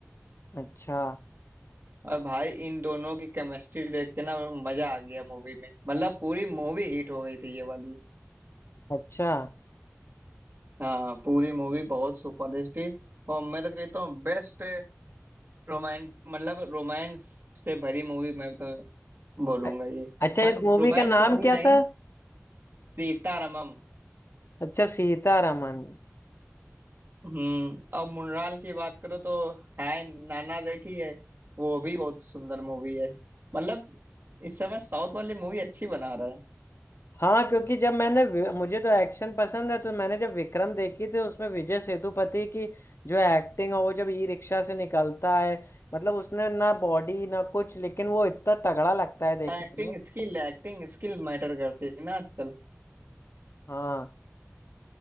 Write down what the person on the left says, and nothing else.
अच्छा
अच्छा
अ-
अच्छा
इस मूवी
का नाम
क्या
था
अच्छा सीतारामन
हाँ क्योंकि जब मैंने वि- मुझे तो एक्शन पसंद है तो मैंने जब विक्रम देखी थी उसमें विजय सेतुपति की जो एक्टिंग है वो जब ई रिक्शा से निकलता है मतलब उसने ना बॉडी ना कुछ लेकिन वो इतना तगड़ा लगता है देखने
में
हाँ